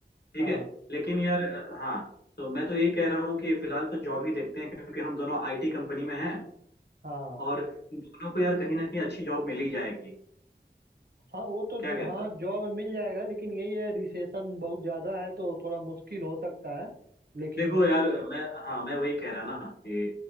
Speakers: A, on the left; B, on the right.
A: ठीक
B: हाँ
A: है लेकिन यार अ, हाँ तो मैं तो ये कह रहा हूँ कि फिलहाल तो जॉब ही देखते हैं क्योंकि हम दोनों आईटी कंपनी में हैं
B: हाँ
A: और दोनों को यार कहीं ना कहीं अच्छी जॉब मिल ही जाएगी
B: हाँ वो तो
A: क्या कहते
B: हाँ
A: हो
B: जॉब मिल जाएगा लेकिन यही है रिसेशन बहुत ज्यादा है तो थोड़ा मुश्किल हो सकता है लेकिन
A: देखो यार मैं हाँ मैं वही कह रहा ना कि